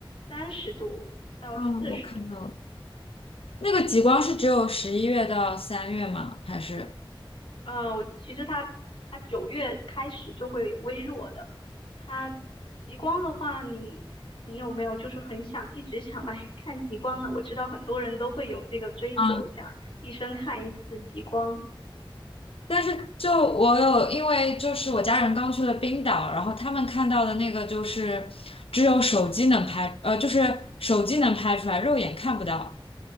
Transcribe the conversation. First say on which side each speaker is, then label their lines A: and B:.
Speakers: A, on the left; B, on the left.
A: 三十度到四十度。
B: 啊，我看到了，那个极光是只有十一月到三月吗？还是？
A: 呃，我其实它它九月开始就会有微弱的。它极光的话，你你有没有就是很想一直想来 <laughs> 看极光呢？我知道很多人都会有这个追求，
B: 嗯，
A: 想一生看一次极光。
B: 但是就我有，因为就是我家人刚去了冰岛，然后他们看到的那个就是只有手机能拍，呃，就是手机能拍出来，肉眼看不到，